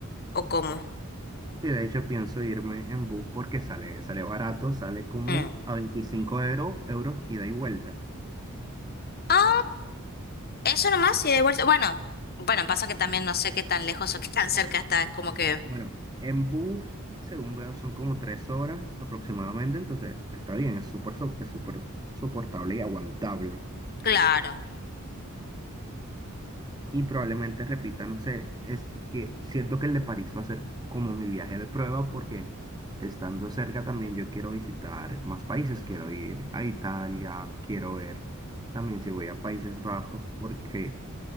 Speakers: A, on the left; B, on the right.
A: o cómo?
B: Y de hecho pienso irme en bus porque sale, sale barato, sale como
A: Mm.
B: a veinticinco euro- euros ida y vuelta.
A: Ah, eso nomás y de vuelta. Bueno, bueno, pasa que también no sé qué tan lejos <laughs> o qué tan cerca está. Es como que,
B: Bueno, en bus, según veo, son como tres horas aproximadamente, entonces está bien, es súper so- es súper soportable y aguantable.
A: claro.
B: Y probablemente repita, no sé, es que siento que el de París va a ser como mi viaje de prueba porque estando cerca también yo quiero visitar más países, quiero ir a Italia, quiero ver también si voy a Países Bajos porque